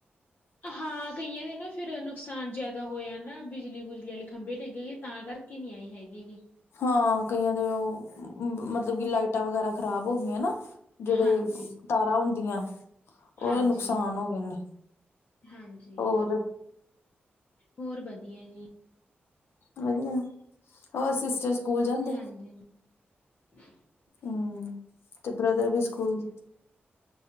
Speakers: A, on the left (about 50°); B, on the left (about 85°).
A: ਹਾਂ, ਕਈਏ ਨਾ ਫਿਰ ਨੁਕਸਾਨ ਜ਼ਿਆਦਾ ਹੋਇਆ ਨਾ ਬਿਜਲੀ ਬੁਜਲੀ ਵਾਲੇ ਖੰਭੇ ਡਿੱਗ ਗਈਏ ਤਾਂ ਕਰਕੇ ਕਿੰਨੀ ਆਈ ਹੈਗੀ ਗੀ।
B: ਹਾਂ ਕਈਆਂ ਦੇ ਉਹ ਮਤਲਬ ਕਿ ਲਾਈਟਾਂ ਵਗੈਰਾ ਖ਼ਰਾਬ ਹੋ ਗਈਆਂ ਨਾ। ਜਿਹੜੇ
A: ਹਾਂਜੀ
B: ਤਾਰਾਂ ਹੁੰਦੀਆਂ ਉਹਦੇ
A: ਹਾਂਜੀ।
B: ਨੁਕਸਾਨ ਹੋ ਗਏ ਨੇ।
A: ਹਾਂਜੀ।
B: ਹੋਰ
A: ਹੋਰ ਵਧੀਆ ਜੀ।
B: ਵਧੀਆ ਹੋਰ ਸਿਸਟਰ ਸਕੂਲ ਜਾਂਦੇ
A: ਹਾਂਜੀ। <unintelligible>
B: ਹਮ ਤੇ ਬ੍ਰਦਰ ਵੀ ਸਕੂਲ